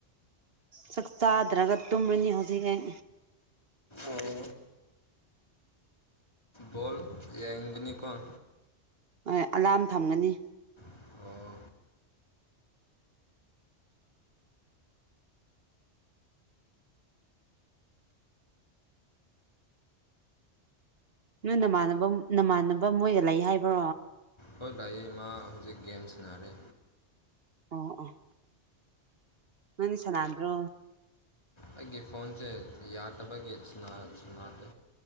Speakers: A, on the right; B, on the left.
A: ꯆꯥꯛ ꯆꯥꯗ꯭ꯔꯒ ꯇꯨꯝꯃꯅꯤ ꯍꯧꯖꯤꯛ ꯑꯩ
B: ꯑꯣ ꯕꯣꯜ ꯌꯦꯡꯒꯅꯤꯀꯣ
A: ꯍꯣꯏ ꯑꯂꯥꯝ ꯊꯝꯒꯅꯤ
B: ꯑꯣ
A: ꯅꯣꯏ ꯅꯃꯥꯟꯅꯕ ꯅꯃꯥꯟꯅꯕ ꯃꯣꯏ ꯂꯩ ꯍꯥꯏꯕ꯭ꯔꯣ
B: ꯍꯣꯏ ꯂꯩꯌꯦ ꯃꯥꯥ ꯍꯧꯖꯤꯛ ꯒꯦꯝ ꯁꯟꯅꯔꯤ
A: ꯑꯣ ꯑꯣ ꯅꯪꯗꯤ ꯁꯟꯅꯥꯗ꯭ꯔꯣ
B: ꯑꯩꯒꯤ ꯐꯣꯟꯁꯦ ꯌꯥꯗꯕꯒꯤ ꯁꯅ ꯁꯟꯅꯥꯗꯦ